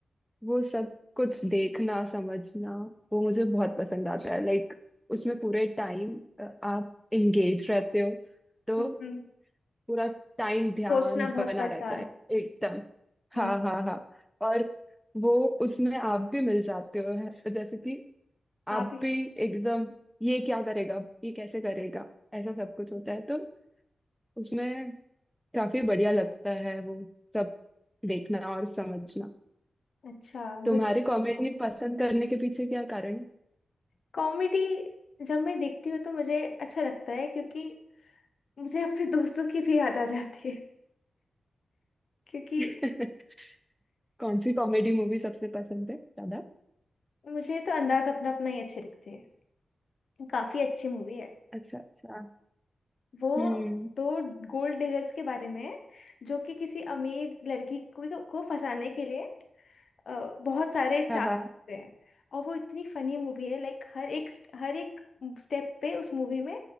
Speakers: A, in the centre; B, on the left.
A: वो सब कुछ देखना समझना वो मुझे बहुत पसंद आता है लाइक उसमें पूरे टाइम आप एंगेज रहते हो तो
B: हम्म, हम्म,
A: पूरा टाइम ध्यान
B: सोचना
A: बना
B: बहुत पड़ता
A: रहता
B: है
A: है एकदम हाँ
B: हम्म
A: हाँ हाँ और वो उसमें आप भी मिल जाते हो है- जैसे कि आप
B: आप
A: भी एकदम ये क्या करेगा ये कैसे करेगा ऐसा सब कुछ होता है तो उसमें काफी बढ़िया लगता है वो सब देखना और समझना
B: अच्छा
A: तुम्हारी
B: मुझे
A: कॉमेडी पसंद करने के पीछे क्या कारण
B: कॉमेडी जब मैं देखती हूँ तो मुझे अच्छा लगता है क्योंकि मुझे अपने दोस्तों की भी याद आ जाती है क्योंकि
A: है <laughs> कौन सी कॉमेडी मूवी सबसे पसंद है ज्यादा
B: मुझे तो अंदाज अपना अपना ही अच्छे लगते हैं काफी अच्छी मूवी है
A: अच्छा अच्छा
B: वो
A: हम्म
B: दो गोल्ड डिगर्स के बारे में है जो कि किसी अमीर लड़की को, को फंसाने के लिए अ, बहुत सारे
A: हाँ
B: चाल सकते हैं और वो इतनी फनी मूवी है लाइक हर एक हर एक स्टेप पे उस मूवी में